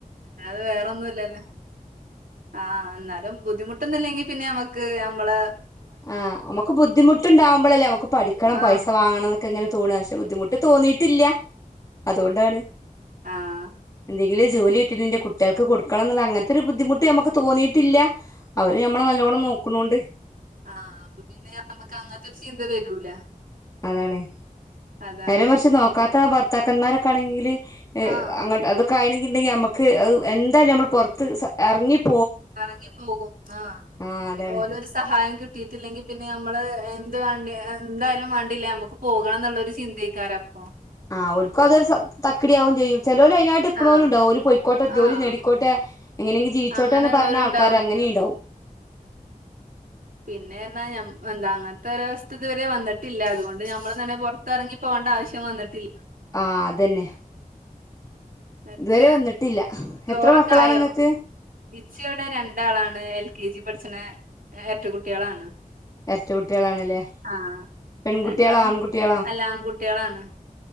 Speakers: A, on the right (about 70°); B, on the left (about 25°).
A: അല്ലാെ വേറെൊന്നുംല്ലല്ലേ ആഹ ഇന്നാലും ബുദ്ധിമുട്ടൊന്നുംല്ലെങ്കി പിന്നെ നമ്മക്ക് നമ്മള
B: ആ നമ്മക്ക് ബുദിമട്ടുണ്ടാകുമ്മ്പ ളല്ലേ നമുക്ക് പഠിക്കണം
A: ആഹ്
B: പൈസ വാണം എന്നക്കെങ്ങനെ തോന്നാ പക്ഷെ ബുദ്ധിമുട്ട് തോന്നി തോന്നിയിട്ടില്ല. അതുകൊണ്ടാണ്
A: ആഹ്
B: എന്തെ -- ജോലി കിട്ടിട്ട് കുട്ട്യാൾക്ക് കൊടുക്കണം ന്ന് അങ്ങനത്തെ ഒരു ബുദ്ധിമുട്ട് നമക്ക് തോന്നിയിട്ടില്ല അവര് നമ്മളെ നല്ലോണ നോക്ക്ണോണ്ട്
A: ആഹ അപ്പൊ പിന്നെ നമക്ക് അങ്ങൻത്തെ ഒരു ചിന്ത വരൂല.
B: അതാണ്
A: അതാണ്
B: നേരെ മറിച്ച് നോക്കാത്ത ഭർത്താക്കന്മാരൊക്കൊണെങ്കില്. അ
A: ആഹ്
B: അതൊക്കെ ആയിണെങ്കിൽ നമ്മുക്ക് എന്തായാലും നമ്മൾ പുറത്ത് ഇറങ്ങി പോ
A: എറങ്ങി പോകും ആ
B: ആഹ് അതാണ്
A: ഓരോരു സഹായം കിട്ടി കിട്ടിട്ടില്ലെങ്കി പിന്നെ നമ്മള് എന്ത് വാണ്ട എന്തായാലും വേണ്ടില്ല നമ്മക്ക് പോകണം എന്നുള്ളരു ചിന്തയ്ക്കാരം അപ്പൊ.
B: ആഹ് ഓല്ക്ക് അതൊരു തക്കിടിയാക്കും ചെയ്യും. ചെലോല് അയ്നായിട്ട് നിക്ക്ണോലും
A: ആഹ്
B: ണ്ടാകും ഓല് പോയിക്കോട്ടെ ജോലി
A: ആഹ്
B: നേടിക്കോട്ടെ എങ്ങനെങ്കിലും ജീവിച്ചോട്ടെ
A: അങ്ങനെള്ളോരുണ്ടാവും
B: ന്ന് പറയുന്ന ആൾക്കാാര് അങ്ങനെണ്ടാകും.
A: പിന്നൊ പർഞ്ഞാല് അങ്ങനത്തെ ഒരസ്ഥ ഇതുവരെ വന്നിട്ടില്ല അതുകൊണ്ട് നഞമ്മൾ തന്നെ പുറത്ത്റങ്ങിപ്പോ ണ്ട ആവശ്യം വന്നിട്ടില്ല.
B: ആ അതന്നെ.
A: എന്നിട്ട്
B: ഇതുവരെ വന്നിട്ടില്ല
A: ചോറൊക്കെ
B: എത്ര മക്കളാണ്
A: ആയ.
B: ഇങ്ങക്ക്
A: ഇച്ച്‌വടെ രണ്ടാളാണ് എൽ കെ ജി പഠിച്ണെ എരട്ടകുട്ടിളാണ്.
B: എരട്ട കുട്ട്യാളാണ്ല്ലേ
A: ആഹ
B: പെൺകുട്ട്യാളോ
A: രണ്ടാളും
B: ആൺകുട്ട്യാളോ
A: അല്ലാംകു കുട്ടിളാണ്